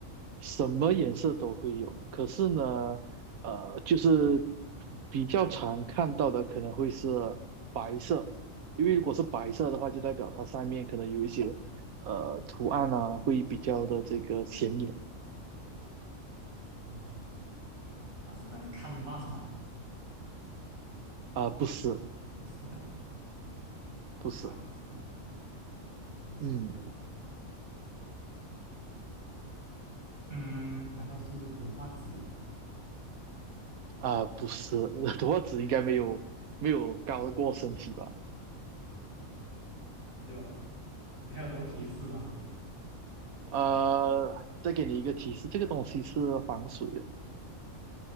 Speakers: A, on the right; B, on the right.
A: 什么颜色都会有，可是呢，呃，就是比较常看到的可能会是白色，因为如果是白色的话，就代表它上面可能有一些呃图案啊，会比较的这个显眼
B: 嗯，它是那个 canvas 嘛？
A: 啊、不是，
B: 不是啊，
A: 不是，
B: 白色，那比较鲜艳。
A: 嗯，
B: 嗯，难道是图画纸？
A: 啊、不是，<laughs> 多子应该没有没有高过身体吧？
B: 有，你还有什么提示吗？
A: 呃，再给你一个提示，这个东西是防水。的。